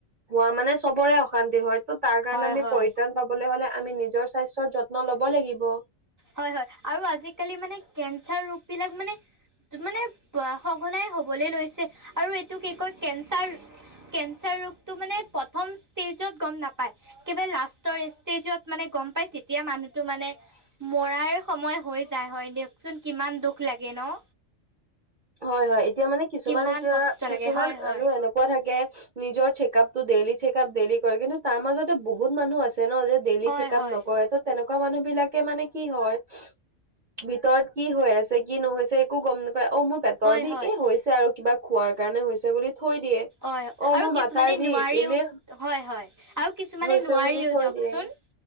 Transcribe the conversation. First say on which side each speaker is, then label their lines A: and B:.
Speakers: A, on the right (about 40°); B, on the right (about 20°).
A: হোৱা মানে চবৰে অশান্তি হয়। ত' তাৰ কাৰণে
B: হয়
A: আমি
B: হয়
A: পৰিত্ৰাণ পাবলৈ হ'লে আমি নিজৰ স্বাস্থ্যৰ যত্ন ল'ব লাগিব।
B: হয়, হয়, আৰু আজিকালি মানে কেঞ্চাৰ ৰোগবিলাক মানে মানে সঘনাই হ'বলৈ লৈছে। আৰু এইটো কি কয় কেঞ্চাৰ কেঞ্চাৰ ৰোগটো মানে প্ৰথম ষ্টেজত গম নাপায়। একেবাৰে লাষ্টৰ ষ্টেজত মানে গম পাই তেতিয়া মানুহটো মানে মৰাৰ সময় হৈ যায় হয় দিয়কচোন, কিমান দুখ লাগে ন?
A: হয় হয় এতিয়া মানে কিছুমান
B: কিমান
A: এতিয়া
B: কষ্ট
A: কিছুমান
B: লাগে হয় হয়
A: আৰু এনক থাকে নিজৰ চেকআপটো ডেইলি চেকআপ ডেইলি কৰে, কিন্তু তাৰ মাজতে বহুত মানুহ আছে ন যে ডেইলি
B: হয়
A: চেকাআপ
B: হয়
A: নকৰে ত তেনেকুৱা মানুহ বিলাকে মানে কি হয় ভিতৰত কি হৈ আছে কি নহৈছে একো গম নাপাই, অ মোৰ পেটৰ
B: হয়
A: বিষ
B: হয়
A: এই হৈছে আৰু কিবা খোৱাৰ কাৰণে হৈছে বুলি থৈ দিয়ে।
B: অঁ
A: অ
B: আৰু
A: মোৰ
B: কিছুমানে
A: মাথাৰ বিষ
B: নোৱাৰিও
A: এনে
B: হয় হয় আৰু কিছুমানে
A: হৈছে
B: নোৱাৰিও
A: বুলি থৈ
B: দিয়কচোন।
A: দিয়ে